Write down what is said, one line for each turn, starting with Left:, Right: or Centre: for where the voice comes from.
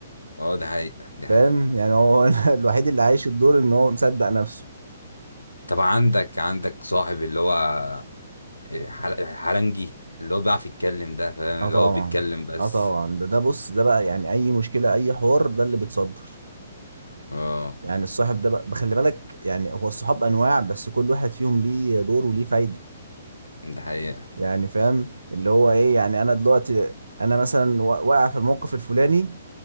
Left: اه ده حقيقه ده
Right: فاهم
Left: حقيقه
Right: يعني هو <laughs> الوحيد اللي عايش الدور ان هو مصدق نفسه
Left: طب عندك عندك صاحب اللي هو إيه، حل- حلنجي اللي هو بيعرف يتكلم ده فاهم
Right: اه
Left: اللي
Right: طبعا
Left: هو بيتكلم بس
Right: اه طبعا ده ده بص ده بقى يعني اي مشكله اي حوار ده اللي بيتصدر
Left: اه
Right: يعني الصاحب ده بقى بخلي بالك يعني هو الصحاب انواع بس كل واحد فيهم ليه دور وليه فايده
Left: ده حقيقه
Right: يعني فاهم اللي هو ايه يعني انا دلوقتي انا مثلا وا- واقع في الموقف الفلاني